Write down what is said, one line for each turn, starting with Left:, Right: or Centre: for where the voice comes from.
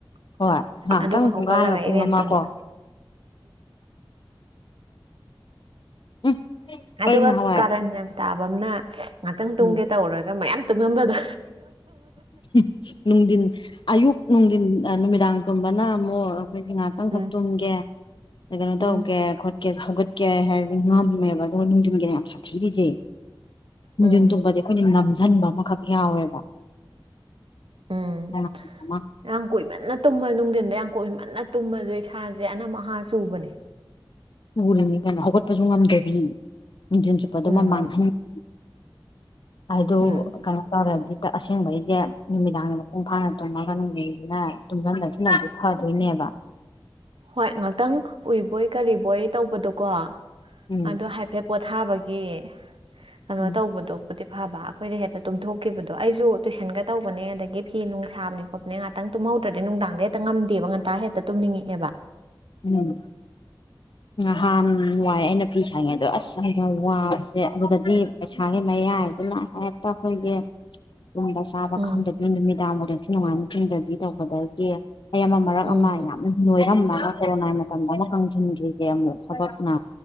Left: ꯍꯣꯏ ꯑꯇꯪ
Right: ꯑꯗꯨꯒ
Left: ꯄꯨꯡꯈꯥꯏ
Right: ꯍꯧꯒꯠꯂꯒ
Left: ꯑꯃ ꯄꯨꯡ
Right: ꯏꯔꯦꯟ
Left: ꯑꯃ
Right: ꯇꯧꯕ
Left: ꯀꯣ ꯎꯝ
Right: ꯑꯗꯨꯒ
Left: ꯑꯩ ꯅꯍꯥꯟꯋꯥꯏ
Right: ꯀꯥꯔꯟ ꯌꯥꯝ ꯇꯥꯕ ꯑꯃꯅ ꯉꯍꯥꯛꯇꯪ ꯇꯨꯝꯒꯦ
Left: ꯎꯝ
Right: ꯇꯧꯔꯒ ꯃꯌꯥꯝ ꯇꯨꯡꯉꯝꯕꯗꯣ
Left: <inaudible> ꯅꯨꯡꯊꯤꯟ ꯑꯌꯨꯛ ꯅꯨꯡꯊꯤꯟ ꯅꯨꯃꯤꯗꯥꯡ ꯇꯨꯝꯕꯅ ꯑꯃꯨꯛ ꯑꯩꯈꯣꯏꯒꯤ ꯉꯍꯥꯛ ꯇꯪꯈꯛ
Right: ꯎꯝ
Left: ꯇꯨꯝꯒꯦ ꯀꯩꯅꯣ ꯇꯧꯒꯦ
Right: ꯎꯝ
Left: ꯈꯣꯠꯀꯦ ꯍꯧꯒꯠꯀꯦ ꯍꯥꯏꯕꯗ ꯉꯝꯃꯦꯕ ꯑꯗꯨꯒ ꯅꯨꯡꯊꯤꯟꯒꯤꯅ ꯌꯥꯝ ꯁꯥꯊꯤꯔꯤꯁꯦ ꯅꯨꯡꯊꯤꯟ
Right: ꯎꯝ
Left: ꯇꯨꯝꯕꯗꯤ ꯑꯩꯈꯣꯏꯗ ꯅꯝꯁꯤꯟꯕ ꯑꯃꯈꯛ ꯌꯥꯎꯋꯦꯕ
Right: ꯎꯝ
Left: ꯇꯣꯉꯥꯟꯕ ꯑꯃ
Right: ꯌꯥꯝ ꯀꯨꯏꯃꯟꯅꯥ ꯇꯨꯝ ꯃꯅꯨꯡꯗꯅ° ꯌꯥꯝ ꯀꯨꯏꯃꯟꯅ ꯃꯟꯅ ꯇꯨꯝꯃꯁꯨ ꯏꯁꯥꯁꯦ ꯑꯅ ꯃꯍꯥ ꯆꯨꯕꯅꯦ
Left: ꯎꯔꯤꯅꯤ ꯀꯩꯅꯣ ꯍꯧꯒꯠꯄꯁꯨ ꯉꯝꯗꯕꯤ ꯅꯨꯡꯊꯨꯟ ꯆꯨꯞꯄꯗꯣ
Right: ꯎꯝ
Left: ꯃꯥ ꯃꯥꯡꯍꯟꯕꯤ ꯑꯗꫭ
Right: ꯎꯝ
Left: <inaudible> ꯇꯧꯔꯗꯤ ꯑꯁꯦꯡꯕꯩꯗꯤ ꯅꯨꯃꯤꯗꯥꯡꯗ ꯃꯄꯨꯡ ꯐꯥꯅ ꯇꯨꯝꯃꯒ ꯅꯨꯡꯁꯤꯅ ꯇꯨꯝꯁꯤꯟꯗꯁꯤ ꯐꯗꯣꯏꯅꯦꯕꯥ
Right: ꯍꯣꯏ ꯉꯥꯛꯇꯪ ꯎꯏꯕꯣꯏ ꯀꯔꯤꯕꯣꯏ ꯇꯧꯕꯗꯣꯀꯣ
Left: ꯎꯝ
Right: ꯑꯗꯣ ꯍꯥꯏ ꯐꯦꯠ ꯄꯣꯊꯥꯕꯒꯤ ꯀꯩꯅꯣ
Left: ꯎꯝ
Right: ꯇꯧꯕꯗꯣ ꯕꯗꯤ ꯐꯕ ꯑꯩꯈꯣꯏꯗꯤ ꯍꯦꯛꯇ ꯇꯨꯝꯊꯣꯛꯈꯤꯕꯗꯣ ꯑꯩꯁꯨ ꯇꯨꯏꯁꯟꯒ ꯇꯧꯕꯅꯦ ꯑꯗꯒꯤ ꯐꯤ ꯅꯨꯡ ꯁꯥꯕꯅꯦ ꯈꫭꯠꯄꯅꯦ ꯉꯍꯥꯛꯇꯪ ꯇꯨꯝꯍꯧꯗ꯭ꯔꯗꯤ ꯅꯨꯡꯗꯥꯡꯗ ꯍꯦꯛꯇ ꯉꯝꯗꯦꯕ ꯉꯟꯇ ꯍꯦꯛꯇ ꯇꯨꯝꯅꯤꯡꯉꯑꯦꯕ
Left: ꯎꯝ ꯅꯍꯥꯟ ꯋꯥꯏ ꯑꯩꯅ ꯐꯤ ꯁꯥꯔꯤꯉꯩꯗꯣ ꯑꯁ ꯑꯗ ꯋꯥꯕꯁꯦ ꯑꯗꯨꯗꯗꯤ ꯄꯩꯁꯥꯒꯤ ꯃꯌꯥꯏꯗꯨꯅ ꯍꯦꯛꯇ ꯑꯩꯈꯣꯏꯒꯤ ꯇꯨꯝꯕꯥ ꯆꯥꯕ
Right: ꯎꯝ
Left: ꯈꯪꯗꯕꯤ ꯅꯨꯃꯤꯗꯥꯡ ꯐꯥꯎ ꯅꯤꯡꯊꯤ ꯅꯨꯡꯉꯥꯏꯅ ꯇꯨꯝꯗꯕꯤ ꯇꯧꯕꯗꯒꯤ ꯑꯩ ꯑꯃ ꯃꯔꯛ
Right: ꯎꯝ
Left: ꯑꯃ ꯌꯥꯝꯅ ꯅꯣꯏꯔꯝꯃꯒ ꯀꯣꯔꯣꯅꯥꯏ ꯃꯇꯝꯗ ꯑꯃꯨꯛ ꯀꯪꯁꯤꯟꯈ꯭ꯔꯤꯁꯦ ꯑꯃꯨꯛ ꯊꯕꯛꯅ